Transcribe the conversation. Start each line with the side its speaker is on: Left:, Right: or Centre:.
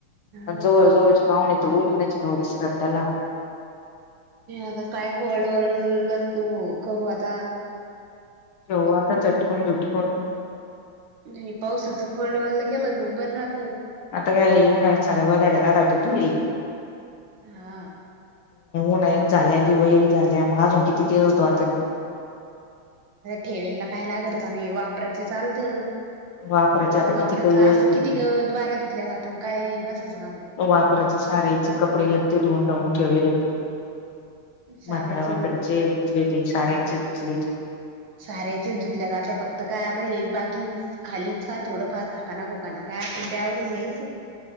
Right: हो
Left: जवळ जवळची पाहुून येत ओली नची ना वि श्रादाला
Right: आता काय वर्ड व करू आता
Left: जवाता चटकून झुटकून
Right: नाही पावसाचकलडवल्लं केलं मग बर राह.
Left: आता काय येऊन सार गधड्या रा दाटतईली
Right: हा.
Left: उनत झाल्या की वईल झाल्या मग अजून किती केस द तरी
Right: ठेवेलला काय लागत का नाही वापरायचं चालतं.
Left: वापरायचे आता
Right: वापरायच
Left: किती वेळेस
Right: असं
Left: धुतले
Right: किती द्वारा धुतल्या जातं काय बसचं गाणं.
Left: वापरायच्या सारायचे कपडे लगते धुवून धावून ठेवेल होती.
Right: सारेच
Left: मातराा मातरीचे दुखले ते साराचे दुखले.
Right: साऱ्याचीच धुतल्या जाते फक्त काय आता हे बाकी बा खालीच का थोडंफार खकाना खोकाना काय त्यावरून घ्यायच.